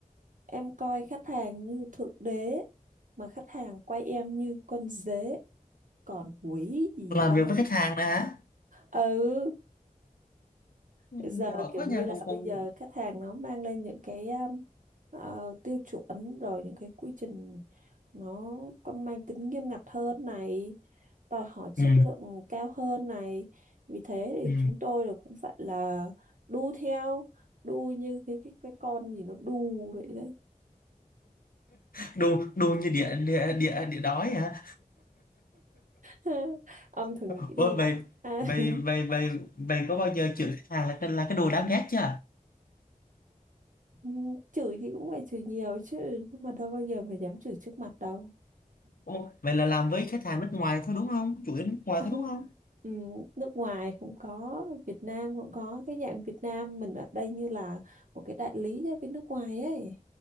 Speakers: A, on the right; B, on the left.
A: em coi khách hàng như thượng đế mà khách hàng quay em như con dế còn quỷ gì
B: làm
A: đâu
B: việc với khách hàng nữa hả
A: ừ
B: Ừ,
A: giờ
B: giỏi
A: kiểu
B: quá
A: như
B: nhà
A: là
B: cùng cùng
A: bây giờ khách hàng nó mang lên những cái um, ờ, tiêu chuẩn rồi những cái quy trình nó có mang tính nghiêm ngặt hơn này đòi hỏi chất
B: ừ,
A: lượng cao hơn này vì thế thì
B: ừ.
A: chúng tôi là cũng phải là đu theo đu như cái cái, cái con gì nó đu vậy đấy
B: đồ đồ như địa địa địa địa đói hả
A: <laughs> ông thử
B: <laughs>
A: nghĩ đi
B: ôi vậy
A: à.
B: vậy
A: <laughs>
B: vậy vậy vậy có bao giờ chửi khách hàng là cái là cái đồ đáng ghét chưa
A: Ừ, chửi thì cũng phải chửi nhiều chứ nhưng mà đâu bao giờ mà dám chửi trước mặt đâu
B: Ồ, vậy là làm với khách hàng nước ngoài thôi đúng không? Chủ yếu nước ngoài
A: <laughs>
B: thôi đúng không?
A: ừ, nước ngoài cũng có Việt Nam cũng có cái dạng Việt Nam mình ở đây như là một cái đại lý cho bên nước ngoài ấy